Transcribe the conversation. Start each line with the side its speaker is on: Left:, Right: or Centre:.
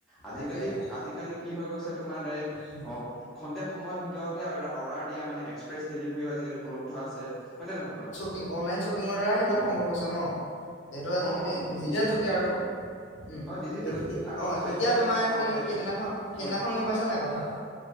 Centre: আজিকালি,
Left: তাকে তাকে
Centre: আজিকালি কি হৈ গৈছে, তোমাৰ ডাইৰেক্ট
Left: উম
Centre: অ'! খন্তেক সময়ৰ ভিতৰতে, অৰ্ডাৰ দিয়া মানে, এক্সপ্ৰেছ ডেলিভাৰীও আজিকালি উপলব্ধ আছে। হয়নে নহয় বাৰু?
Left: কি অনলাইন শ্বপিঙৰ দ্বাৰা সেইবিলাক
Centre: অ
Left: সম্ভৱ হৈছে ন'! যিহেতু, আজিকালি
Centre: অ অ
Left: ডিজিটেল
Centre: নিশ্চিতভাৱে
Left: যোগে আৰু। উম,
Centre: অ ডিজিটেল
Left: এ-এ,
Centre: আকৌ
Left: অ'!
Centre: খাদ্য
Left: এতিয়া
Centre: পাতি
Left: তোমাৰ
Centre: অ
Left: সেই,
Centre: খাদ্য
Left: সেইদিনাখন- সেইদিনাখন
Centre: হয়
Left: গম পাইছা নাই, কথা এটা?